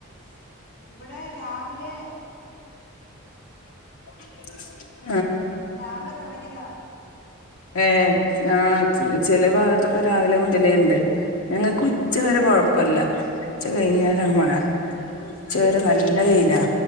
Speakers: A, on the left; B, on the left.
A: ഇവിടെ രാവിലെ
B: <inaudible>
A: രാവിലെ തുടങ്ങിയതാ
B: ഹേ ആ ചില ഭാഗത്തൊക്കെ രാവിലെ മുതലുണ്ട് ഞങ്ങൾക്ക് ഉച്ച വരെ കൊഴപ്പമില്ല ഉച്ച കഴിഞ്ഞാലാണ് മഴ ഉച്ചവരെ നല്ല
A: പിന്നെ
B: വെയിലാ